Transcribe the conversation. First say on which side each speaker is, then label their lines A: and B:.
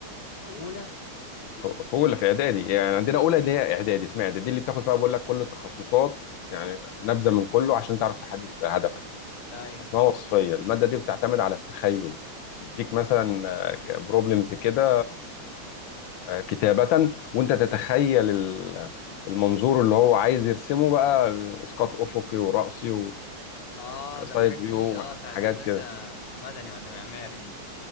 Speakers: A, on the left; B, on the left.
A: في اولى
B: ف- في اولى في اعدادي يعني عندنا اولى اللي هي اعدادي اسمها اعدادي دي اللي بتاخد فيها بقول لك كل التخصصات يعني نبذه من كله عشان تعرف تحدد هدفك يعني
A: ايوه
B: اسمها وصفيه الماده دي بتعتمد على التخيل يديك مثلا بروبلمز كده آه، كتابه وانت تتخيل ال- المنظور اللي هو عايز يرسمه بقى آه، اسقاط افقي ورأسي
A: اه ده
B: سايد
A: الحاجات
B: فيو
A: دي اه بتاعت
B: حاجات
A: هندسة
B: كده
A: مدني ولا معماري دي